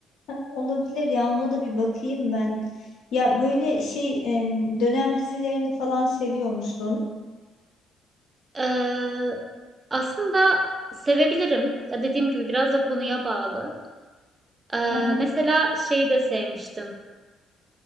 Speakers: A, on the left (about 75°); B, on the right (about 25°).
A: Ha, olabilir ya ona da bir bakayım ben ya böyle şey em, dönem dizilerini falan seviyor musun
B: Ee, aslında sevebilirim. Ya dediğim gibi biraz da konuya bağlı. Ee,
A: Aha.
B: mesela şeyi de sevmiştim.